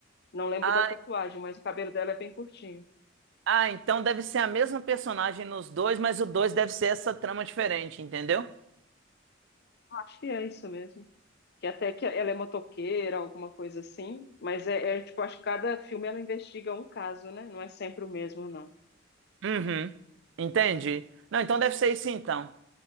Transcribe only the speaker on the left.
Não lembro
da tatuagem, mas o cabelo dela é bem curtinho.
Acho que é isso mesmo. Que até que ela é motoqueira, alguma coisa assim. Mas é, é, tipo, acho que cada filme ela investiga um caso, né? Não é sempre o mesmo, não. <laughs>